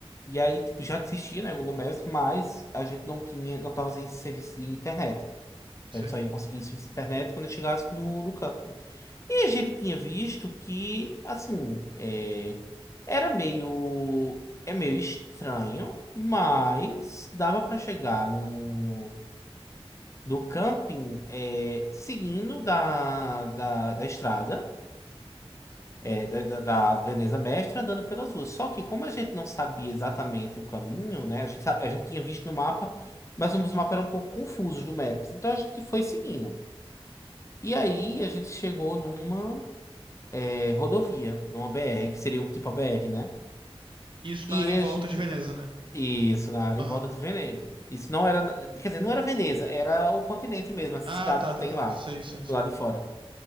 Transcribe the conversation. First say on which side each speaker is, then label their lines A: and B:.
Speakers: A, on the left (about 30°); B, on the right (about 55°).
A: E aí, tipo, já existia, né, o Google Maps, mas a gente não tinha, não tava sem serviço de internet. Então
B: Sim.
A: a gente só ia conseguir serviço de internet quando a gente chegasse no, no campo. E a gente tinha visto que, assim, é, era meio, é meio estranho, mas dava para chegar no, no camping é, seguindo da, da, da estrada, é, da, da, da Veneza Mestra, andando pelas ruas. Só que como a gente não sabia exatamente o caminho, né? A gente, sabe- a gente tinha visto no mapa, mas os mapas eram um pouco confusos do Maps. Então a gente foi seguindo. E aí a gente chegou numa. é, rodovia, numa BR, que seria o tipo a BR, né?
B: Isso
A: E
B: na área
A: esse,
B: em volta de Veneza, né?
A: isso, na área
B: Aham.
A: em volta de Veneza. Isso não era, quer dizer, não era Veneza, era o continente mesmo, essa
B: Ah,
A: cidade
B: tá,
A: que
B: tá,
A: tem
B: tá.
A: lá,
B: Sim, sim, sim.
A: do lado de fora.